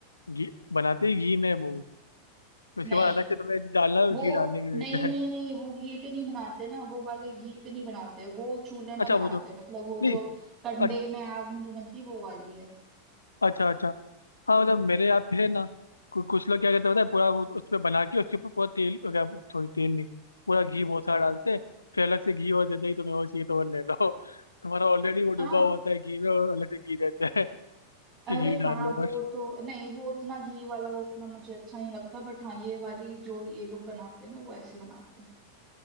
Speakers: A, on the left; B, on the right.
A: घी बनाते ही घी में वो उसके
B: नहीं
A: बाद अलग से तुम्हें डालना है,
B: वो
A: घी डालने के लिए
B: नहीं
A: देते
B: नहीं
A: हैं
B: नहीं वो घी पे नहीं बनाते ना वो वाले घी पे नहीं बनाते वो चूल्हे में
A: अच्छा
B: बनाते
A: वो तो
B: हैं मतलब वो
A: नहीं
B: जो कंडे
A: अच्छा,
B: में आग में जो बनती है वो वाली है
A: अच्छा अच्छा हाँ मतलब मेरे यहाँ पे है ना कु, कुछ लोग क्या करते हैं पता है पूरा वो उस पे बना के उसके ऊपर पूरा तेल क्या थोड़ी तेल नहीं पूरा घी बहुत सारा डालते हैं फिर अलग से घी और देते हैं कि तुम्हें वो चाहिए तो वो ले लो <laughs> तुम्हारा ऑलरेडी वो डूबा
B: हाँ
A: हुआ होता है घी में और अलग से घी देते हैं <laughs>
B: अरे
A: कि घी डाल
B: हाँ
A: लो
B: वो
A: बस
B: तो नहीं वो उतना घी वाला वो उतना मुझे अच्छा नहीं लगता बट हाँ ये वाली जो ये लोग बनाते हैं ना वो ऐसे बनाते हैं